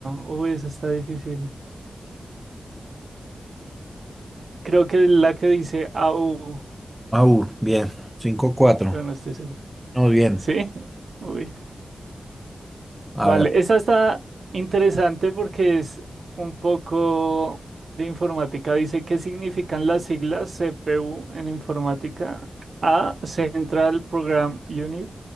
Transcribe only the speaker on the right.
Uy, esa está difícil. Creo que es la que dice A U,
pero no estoy seguro.
¿Sí? Uy.
Vale,
esa está interesante porque es un poco de informática. Dice, ¿qué significan las siglas CPU en informática? A, Central Program Unit.